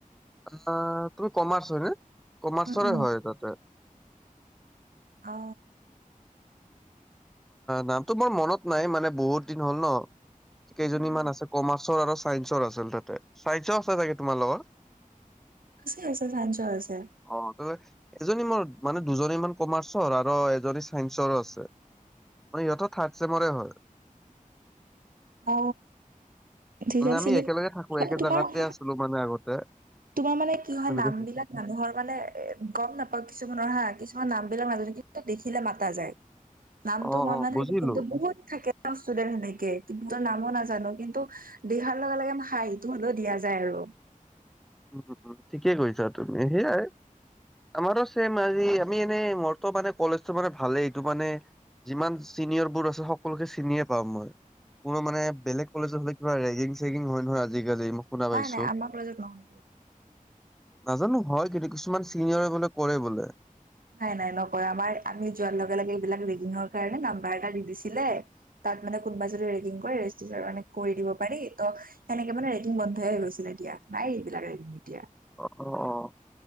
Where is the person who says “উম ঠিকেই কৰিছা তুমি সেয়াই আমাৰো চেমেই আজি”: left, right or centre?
Centre